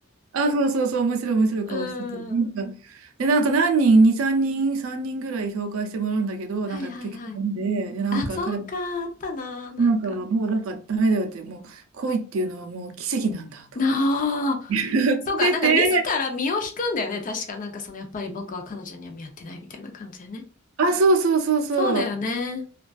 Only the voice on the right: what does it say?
あ、そうそうそう、面白い面白い顔してて。
なんか、で、なんか何人、2、3人、3人ぐらい紹介してもらうんだけど、
なんかやっぱ結局ダメで、で、なんか彼が、
なんかもうなんかダメだよって、もう恋っていうのはもう奇跡なんだとか言
って。
<laughs> 言ってて、
あ、そうそうそうそう。